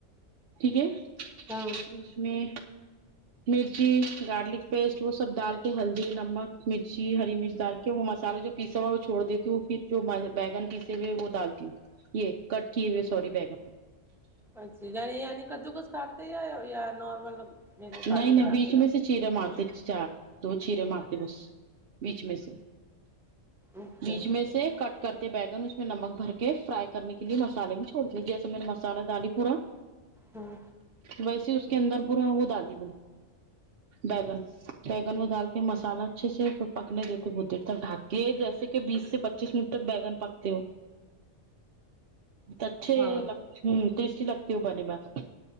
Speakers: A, on the right; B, in the centre.
A: ٹھیک ہے
B: ہاں
A: اس میں مرچی گارلک پیسٹ وہ سب ڈال کے ہلدی، نمک، مرچی، ہری مرچ ڈال کے وہ مصالحہ جو پیسا ہوا وہ چھوڑ دیتی ہوں پھر جو م بیگن پیسے ہوئے وہ ڈالتی ہوں یہ کٹ کیے ہوئے سوری بیگن
B: اچھا یعنی یعنی کدو کس کاٹتے ہیں اے ہو یا نارمل کاٹ
A: نہیں نہیں
B: کے ڈال
A: بیچ میں سے چیرے مارتے چار دو چیرے مارتے بس بیچ میں سے
B: اچھا
A: بیچ میں سے کٹ کرتے بیگن اس میں نمک بھر کے فرائی کرنے کے لیے مصالحے میں چھوڑ دی جیسا میں نے مصالحہ دالی پورا
B: ہاں
A: ویسے اس کے اندر پو را وہ دالی بیگن بیگن وہ ڈال کے مصالحہ اچھے سے پکنے دے تو بہت دیر تک ڈھک کے جیسے کہ بیس سے پچیس منٹ تک بیگن پکتے ہو اچھے
B: ہاں
A: لگ ہ ٹیسٹی لگتے ہو بنے بعد